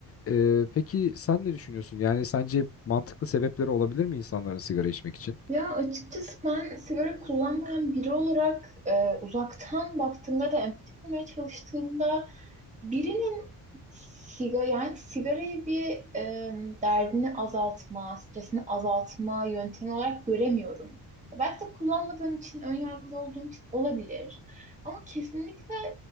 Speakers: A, on the left (about 35°); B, on the right (about 20°).
A: E, peki sen ne düşünüyorsun? Yani sence mantıklı sebepleri olabilir mi insanların sigara içmek için?
B: Ya açıkçası ben sigara kullanmayan biri olarak e, uzaktan baktığımda da empati kurmaya çalıştığımda birinin Siga, yani sigarayı bir e, derdini azaltma, stresini azaltma yöntemi olarak göremiyorum. Belki de kullanmadığım için, ön yargılı olduğum için olabilir. Ama kesinlikle